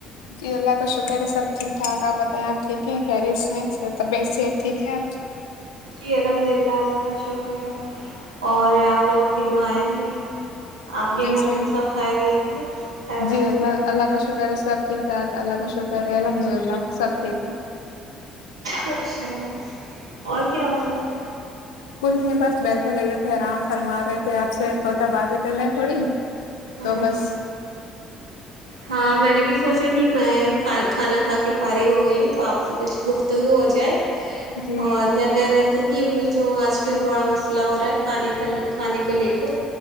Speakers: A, on the left (about 75°); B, on the right (about 85°).
A: جی اللہ کا شکر ہے سب ٹھیک ٹھاک آپ بتائیں آپ ٹھیک کیریر سے طبیعت سےت ٹھیک ہے آپ
B: جی الحمد للہ اللہ کا شکر ہے اور آپ لوگوں کی دعائیں ہیں آپ کے
A: جی
B: گھر
A: صحیح
B: میں سب کھا رہے تھے خیر
A: جی
B: سے
A: اللہ
B: ہی
A: اللہ کا شکر ہے سب ٹھیک ٹھاک اللہ کا شکر ہے الحمد للہ سب ٹھیک ہے
B: ا ماشاء اللہ اور کیا ہو رہا ہے
A: کچھ نہیں بس بیٹھے لگ رہے تھے آرام فرما رہے تھے آپ سے سوچا بات بھی کرنا تھوڑی توومس
B: ہے ہاں میں نے بھی سوچا کہ میں کھانا کھا کے فاری ہو گئی ہے تو آپتے کچھ گفتگو ہو جائے
A: جی
B: اور کیا کہہ رہے تھے ت کہ وہ جو آج کل بڑا مسئلہ ہو رہا ہے کھانے کا کھانے کو لے کر